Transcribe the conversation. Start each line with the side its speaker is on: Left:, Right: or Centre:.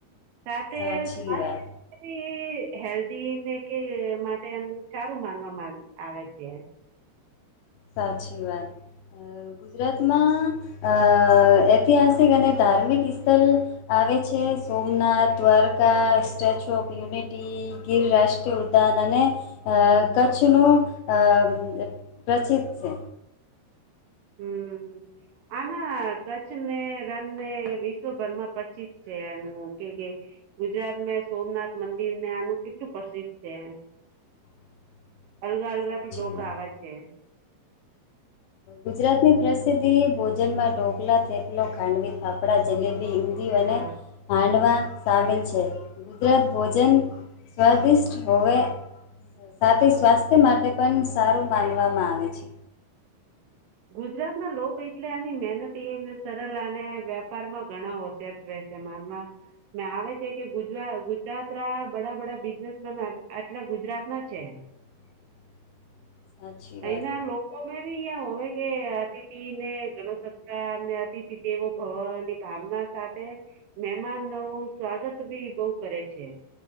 Right: સાથે
Left: સાચી
Right: સ્વસ્થથી
Left: વાત
Right: હેલ્ધી ને કે માટે એમ સારું માનવામાં આવે છે, એમ
Left: સાચી વાત, અ ગુજરાતમાં અ ઐતિહાસિક અને ધાર્મિક સ્થળ, આવે છે, Somnath Dwarka Statue of Unity Gir રાષ્ટ્રીય ઉદ્યાન અને અ કચ્છનું અ પ્રસિદ્ધ છે.
Right: હું આના કચ્છને રણને એ વિશ્વભરમાં પચિત છે, એનું કે કે, ગુજરાતમાં સોમનાથ મંદિર ને આનું કેટલું પ્રસિદ્ધ છે.
Left: <unintelligible>
Right: અલગા અલગા
Left: સાચી
Right: થી દોકા
Left: વાત.
Right: આવાજ છે.
Left: ગુજરાતની પ્રસિદ્ધિ ભોજનમાં ઢોકલા, થેપલુ ખાંડવી, ફાફડા, જલેબી. હિન્દી અને
Right: હા
Left: હાંડવા સામેલ છે. ઉપલબ્ધ ભોજન સ્વાદિષ્ટ છે. હવે સાથે સ્વાસ્થ્ય માટે પણ સારું માનવામાં આવે છે‌.
Right: ગુજરાત લોકો એટલે એની મહેનતી સરળ અને વેપાર માં ઘણા હોશિયાર. માનમાં મે આવે છે, કે ગુજરા ગુજરાત ના બડા બડા બિઝનેસમેન આટલા ગુજરાત ના છે.
Left: <unintelligible> સાચી વાત
Right: એના લોકો મેવી યા હોવે. કે અતિથિને ગણુસત્કાર ને અતિથિ દેવો ભવન ની ભાવના સાથે મહેમાન ન સ્વાગત ભી બહુ કરે છે.